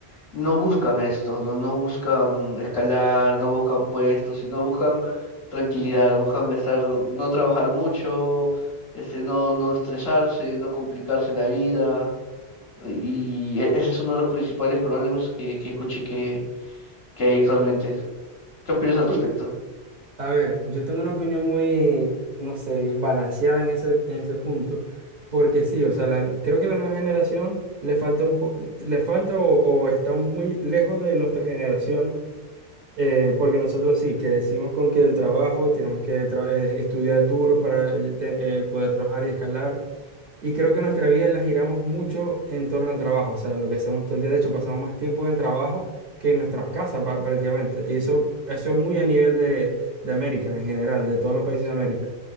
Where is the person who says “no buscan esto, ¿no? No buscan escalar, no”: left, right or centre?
Left